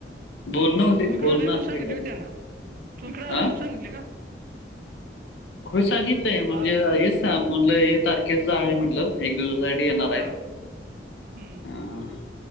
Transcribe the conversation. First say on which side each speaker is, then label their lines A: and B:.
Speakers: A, on the left; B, on the right.
A: बोलणं
B: मग
A: होते
B: तुम्ही
A: बोलणं
B: इकडे आले
A: असते
B: मग सांगितले
A: काय
B: हुय त्यांना तुम्ही हीकड आले
A: हा
B: मग सांगितल का.
A: होय सांगितलंय म्हणजे
B: आल
A: हेच सा म्हणलं हे तारखेच आहे म्हटलं एक दिवसासाठी येणार हाय.
B: हा हम्म
A: ह